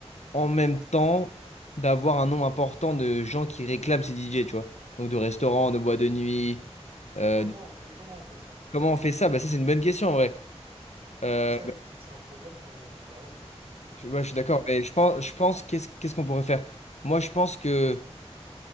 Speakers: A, on the left; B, on the right.
A: en même temps d'avoir un nombre important de gens qui réclament ces DJ, tu vois. Donc de restaurants, de boîtes de nuit. euh,
B: Comment,
A: de-
B: mais comment on fait ça?
A: Comment on fait ça? Bah, ça, c'est une bonne question en vrai. Euh,
B: C'est ça, c'est un problème qu'on qu'on va résoudre.
A: je, ouais, je suis d'accord,
B: En vrai.
A: mais je pense, je pense qu'est-ce qu'est-ce qu'on pourrait faire? Moi, je pense que